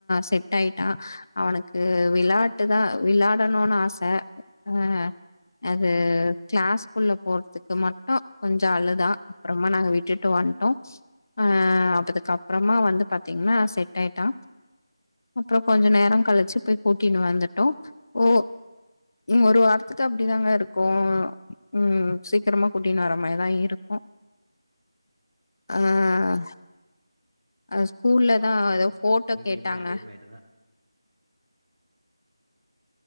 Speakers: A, on the left; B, on the right.
A: செட் ஆயிட்டா அவனுக்கு விளையாட்டு தா விளாயாடனும்னு ஆச. ஆஹ் அது கிளாஸ்க்குள்ள போறதுக்கு மட்டோ கொஞ்சோ அழுதா அப்புறமா நாங்க விட்டுட்டு வந்துட்டோ ஆஆ அதுக்கு அப்புறமா வந்து பாத்தீங்கன்னா செட் ஆயிட் டா அப்புறோ கொஞ்ச நேரோ கழிச்சு போய் கூட்டினு வந்துட்டோம் ஓ ஒரு வாரத்துக்கு அப்டிதாங்க இருக்கோ உஹம் சீக்கிரமா கூட்டின்னு வர மாரிதா இருக்கோ அஹ் அ ஸ்கூல்லதா
B: ஆமாங்க
A: ஏதோ போட்டோ
B: இங்கேயுமே
A: கேட்டாங்க
B: அதே மாரிதா